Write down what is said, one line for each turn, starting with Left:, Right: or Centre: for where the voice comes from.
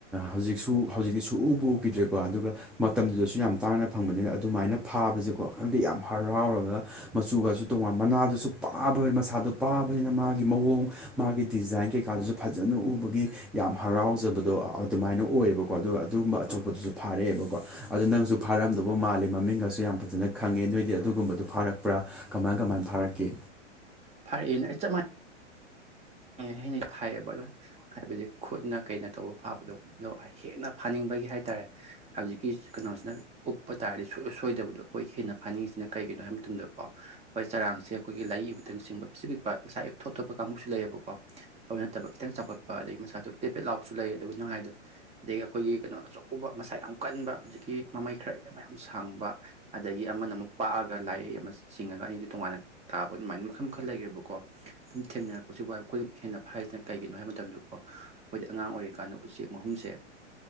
Centre: ꯍꯧꯖꯤꯛꯁꯨ ꯍꯧꯖꯤꯛꯇꯤ ꯁꯨꯎꯕꯨ ꯎꯈꯤꯗ꯭ꯔꯦꯀꯣ ꯑꯗꯨꯒ ꯃꯇꯝꯗꯨꯗꯁꯨ ꯌꯥꯝ ꯇꯥꯡꯅ ꯐꯪꯕꯅꯤꯅ ꯑꯗꯨꯃꯥꯏꯅ ꯐꯥꯕꯕꯁꯤꯀꯣ ꯈꯪꯗꯦ ꯌꯥꯝ ꯍꯔꯥꯎꯒ ꯃꯆꯨꯒꯁꯨ ꯇꯣꯉꯥꯟꯕ ꯃꯅꯥꯗꯨꯁꯨ ꯄꯥꯕ ꯃꯁꯥꯗꯨ ꯄꯥꯕꯅꯤꯅ ꯃꯥꯒꯤ ꯃꯑꯣꯡ ꯃꯥꯒꯤ ꯗꯤꯖꯥꯏꯟ ꯀꯩꯀꯥꯗꯨꯁꯨ ꯐꯖꯅ ꯎꯕꯒꯤ ꯌꯥꯝ ꯍꯔꯥꯎꯖꯕꯗꯣ ꯑꯗꯨꯃꯥꯏꯅ ꯑꯣꯏꯌꯦꯕꯀꯣ ꯑꯗꯨꯒ ꯑꯗꯨꯒꯨꯝꯕ ꯑꯆꯧꯕꯗꯨꯁꯨ ꯐꯥꯔꯛꯑꯦꯕꯀꯣ ꯑꯗꯨꯗ ꯅꯪꯁꯨ ꯐꯥꯔꯝꯗꯧꯕ ꯃꯥꯜꯂꯦ ꯃꯃꯤꯡꯒꯁꯨ ꯌꯥꯝꯅ ꯐꯖꯅ ꯈꯪꯉꯦ ꯅꯣꯏꯗꯤ ꯑꯗꯨꯒꯨꯝꯕꯗꯣ ꯐꯥꯔꯛꯄ꯭ꯔꯥ ꯀꯃꯥꯏ ꯀꯃꯥꯏ ꯐꯥꯔꯛꯈꯤ
Right: ꯐꯔꯛ ꯑꯦꯅ ꯆꯞ ꯃꯥꯟꯅꯩ ꯍꯩꯅ ꯐꯩꯌꯦꯕ ꯑꯗꯨꯝ ꯍꯥꯏꯕꯗꯤ ꯈꯨꯠꯅ ꯀꯩꯅ ꯇꯧꯕ ꯐꯥꯕꯗꯣ ꯑꯗꯣ ꯍꯦꯟꯅ ꯐꯥꯅꯤꯡꯕꯒꯤ ꯍꯥꯏꯇꯥꯔꯦ ꯍꯧꯖꯤꯛꯀꯤ ꯀꯩꯅꯣꯁꯤꯅ ꯎꯞꯄ ꯇꯥꯔꯗꯤ ꯁꯣꯏ ꯁꯣꯢꯗꯕꯗꯣ ꯑꯩꯈꯣꯏ ꯍꯦꯟꯅ ꯐꯥꯅꯤꯡꯉꯤꯁꯤꯅ ꯀꯩꯒꯤꯅꯣ ꯍꯥꯏꯕ ꯃꯇꯝꯗ ꯀꯣ ꯍꯣꯏ ꯆꯔꯥꯡꯁꯦ ꯑꯩꯈꯣꯏ ꯂꯥꯏ ꯑꯃꯨꯛꯇꯪ ꯆꯤꯡꯕ ꯄꯤꯛ ꯄꯤꯛꯄ ꯉꯥꯁꯥꯢꯒꯤ ꯊꯣꯞ ꯊꯣꯞꯄ ꯀꯥꯡꯕꯨꯁꯨ ꯂꯩꯌꯦꯕ ꯀꯣ ꯑꯗꯨ ꯅꯠꯇꯕ ꯈꯤꯇꯪ ꯆꯥꯎꯈꯠꯄ ꯑꯗꯒꯤ ꯃꯁꯥꯗꯣ ꯄꯦꯠꯄꯦꯠ ꯂꯥꯎꯕꯁꯨ ꯂꯩ ꯑꯗꯨꯒ ꯅꯪ ꯍꯥꯏꯗꯣ ꯑꯗꯒꯤ ꯑꯩꯈꯣꯏꯒꯤ ꯀꯩꯅꯣ ꯑꯆꯧꯕ ꯃꯁꯥ ꯌꯥꯝ ꯀꯟꯕ ꯍꯧꯖꯤꯛꯀꯤ ꯃꯃꯩ ꯈꯔ ꯃꯌꯥꯝ ꯁꯥꯡꯕ ꯑꯗꯒꯤ ꯑꯃꯅ ꯑꯃꯨꯛ ꯄꯥꯛꯑꯒ ꯂꯥꯏꯑ ꯑꯃ ꯆꯤꯡꯉꯒ ꯑꯅꯤꯗꯨ ꯇꯣꯉꯥꯟꯅ ꯇꯥꯕ ꯑꯗꯨꯃꯥꯏꯅ ꯃꯈꯜ ꯃꯈꯜ ꯂꯩꯈ꯭ꯔꯦꯕꯀꯣ ꯑꯗꯨꯝ ꯊꯦꯡꯅꯔꯛꯄꯁꯤꯕꯨ ꯍꯥꯏꯕ ꯑꯩꯈꯣꯏꯅ ꯍꯦꯟꯅ ꯐꯁꯤꯅ ꯀꯩꯒꯤꯅꯣ ꯍꯥꯏꯕ ꯃꯇꯝꯗꯀꯣ ꯑꯩꯈꯣꯏꯗ ꯑꯉꯥꯡ ꯑꯣꯏꯔꯤꯀꯥꯟꯗ ꯎꯆꯦꯛ ꯃꯍꯨꯝꯁꯦ